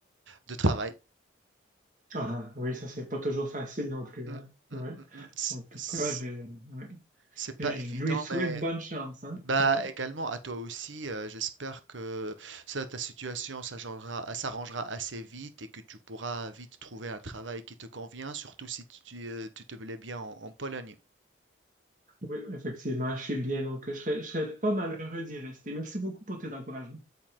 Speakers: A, on the right (about 85°); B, on the right (about 40°).
A: de travail.
B: Ah, oui, ça, c'est pas toujours facile non plus,
A: Mm,
B: hein? Ouais.
A: mm, mm, mm, C'est
B: En tout
A: c'est-
B: cas, je, ouais.
A: c'est pas
B: Je
A: évident,
B: lui souhaite
A: mais
B: bonne chance, hein?
A: Bah
B: Ouais.
A: également à toi aussi, euh, j'espère que ça, ta situation s'arrangera, euh, s'arrangera assez vite et que tu pourras vite trouver un travail qui te convient, surtout si tu, tu, euh, tu te plais bien en, en Pologne.
B: Oui, effectivement, je suis bien, donc je serais, je serais pas malheureux d'y rester. Merci beaucoup pour tes encouragements.